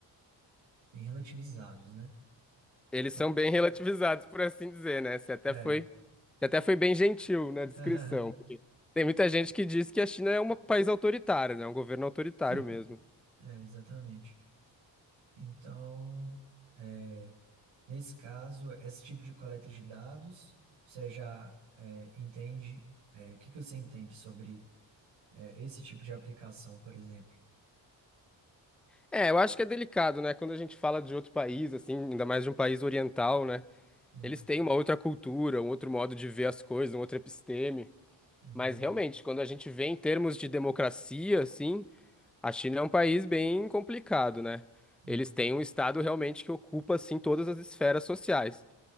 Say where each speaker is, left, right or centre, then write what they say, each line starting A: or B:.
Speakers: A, on the right (about 80°); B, in the centre.
A: bem relativizados, né?
B: Eles
A: Então,
B: são bem relativizados, por assim dizer, né? Você até
A: é.
B: foi, você até foi bem gentil na descrição.
A: <laughs>
B: Tem muita gente que diz que a China é um país autoritário, né? É Um governo autoritário
A: Sim,
B: mesmo.
A: é, exatamente. Então, é, nesse caso, esse tipo de coleta de dados, você já é, entende. é, o que que você entende sobre é, esse tipo de aplicação, por exemplo?
B: É, eu acho que é delicado, né? Quando a gente fala de outro país, assim, ainda mais de um país oriental, né?
A: Hum,
B: Eles têm uma outra cultura, um outro modo de ver as coisas, um outro episteme.
A: uhum,
B: Mas realmente, quando a gente vê em termos de democracia, assim, a China é um país bem complicado, né?
A: uhum,
B: Eles têm um estado realmente que ocupa, assim, todas as esferas sociais.